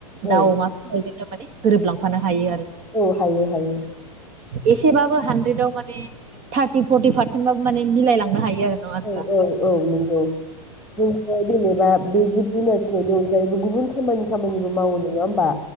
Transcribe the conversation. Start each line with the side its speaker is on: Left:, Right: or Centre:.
Centre: औ
Right: दाउ अमा फाननायजोंनो माने गोरोबलां हायो आरो
Centre: औ हायो हायो
Right: <inaudible> एसेबाबो हानद्रेदाव माने थार्टि फर्टि पारसेन्ट बाबो माने मिलायलांनो हायो आरो नङा होनबा
Centre: औ औ औ नंगौ नंगौ जेनेबा बे जिब जुनार फिनायनि अनगायैबो गुबुन खामानि खामानिबो मावो नङा होमबा